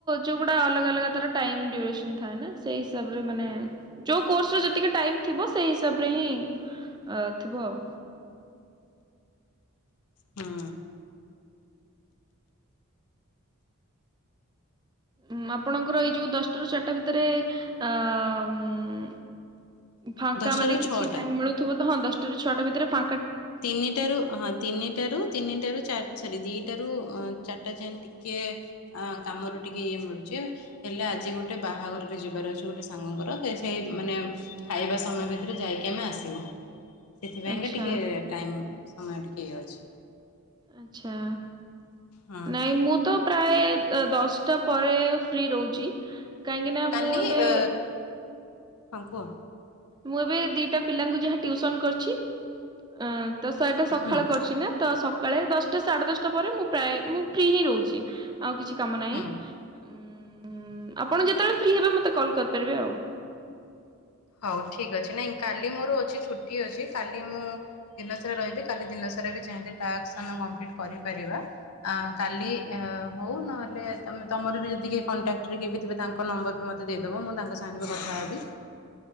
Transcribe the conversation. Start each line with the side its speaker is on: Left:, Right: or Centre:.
Right: ଯୋଉଗୁଡା ଅଲଗା ଅଲ ଲଗାତାର ଟାଇମ୍ ଡ୍ୟୁରେସନ ଥାଏ ନା ସେଇ ହିସାବରେ ମାନେ ଯୋଉ କୋର୍ସ ର ଯେତିକି ଟାଇମ୍ ଥିବ ସେଇ ହିସା ବରେ ହିଁ ଅ ଥିବ ଆଉ।
Left: ହୁଁ।
Right: ଉମ ଆପଣଙ୍କର ଏଇ ଯୋଉ ଦଶଟା ରୁ ଚାରିଟା ଭିତରେ ଅ ଉମ ଫାଙ୍କା
Left: ଦଶଟାରୁ
Right: ମାନେ କିଛି
Left: ଛଅଟା।
Right: ଟାଇମ ମିଳୁଥିବ ତ ହଁ ଦଶଟାରୁ ଛଅଟା ଭିତରେ ଫା
Left: ତିନିଟାରୁ ହଁ ତିନିଟାରୁ ତିନିଟାରୁ ଚାର ରି ଦିଟା ରୁ ଅ ଚାରଟା ଯାଏ ଟିକେ ଅ କାମରୁ ଟିକେ ଇଏ ମିଳୁଛି ହେଲେ ଆ ଆଜି ଗୋଟେ ବାହାଘରକୁ ଯିବାର ଅଛି ଗୋଟେ ସାଙ୍ଗଙ୍କର ସେ ସେଇ ମାନେ ଖାଇବା ସମୟ ଭିତରେ ଯାଇକି ଆମେ ଆସ ଥିଲୁ, ସେଥିପାଇଁକା
Right: ଆଚ୍ଛା
Left: ଟିକେ ଟାଇମ ସମୟ ଟିକେ ଇଏ ଅଛି।
Right: ଆଛା
Left: ହଁ।
Right: ନାଇଁ ମୁଁ ତ ପ୍ରାୟ ଅ ଦଶଟା ପରେ ଫ୍ରି ରହୁଛି। କାହିଁକି ନା
Left: କାଲି
Right: ମୁଁ
Left: ଅ
Right: ଏବେ
Left: ହଁ କୁହ।
Right: ମୁଁ ଏବେ ଦିଟା ପିଲାଙ୍କୁ ଯାହା ଟିଉସନ କରିଛି ଅ ତ ସେଇଟା ସକାଳ
Left: ହୁଁ
Right: କରୁଛି ନା ତ ସକାଳେ ଦଶଟା ସାଢେ ଦଶଟା ପରେ ମୁଁ ପ୍ରାୟ ମୁଁ ଫ୍ରି ହିଁ ରହୁଛି। ଆଉ କିଛି କାମ ନାହିଁ
Left: ହଁ।
Right: ଉଁ ଆପଣ ଯେତେବେଳେ ଫ୍ରି ହେବେ ମତେ କଲ୍ କରିପାରିବେ ଆଉ।
Left: ହଉ ଠିକ ଅଛି ନାଇଁ କାଲି ମୋର ଅଛି ଛୁଟି ଅଛି କାଲି ମୁଁ ଦିନସାରା ରହିବି କାଲି ଦିନସାରା ବି ତାହେଲେ ଟାସ୍କ ଆମେ କଂପ୍ଲିଟ୍ କରିପାରିବା ଅ କାଲି ଅ ହଉ ନହେଲେ ହେଲେ ତମେ ତମର ବି ଯଦି କିଏ କଣ୍ଟାକ୍ଟରେ କିଏବି ଥିବେ ତାଙ୍କ ନମ୍ବର ବି ମତେ ଦେଇଦବ ମୁଁ ତାଙ୍କ ସାଙ୍ଗରେ ବି କଥା ହେବି।